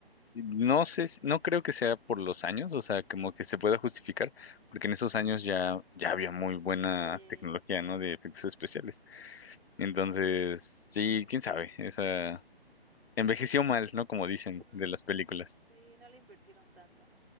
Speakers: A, on the left; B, on the right.
A: no sé, si- no creo que sea por los años, o sea, como que se pueda justificar, porque en esos años ya, ya había muy buena
B: sí,
A: tecnología, ¿no? De efectos especiales. Entonces, sí, quién sabe, esa. Envejeció
B: como-
A: mal, ¿no? Como dicen
B: ujú,
A: de las películas.
B: sí, no le invirtieron tanto.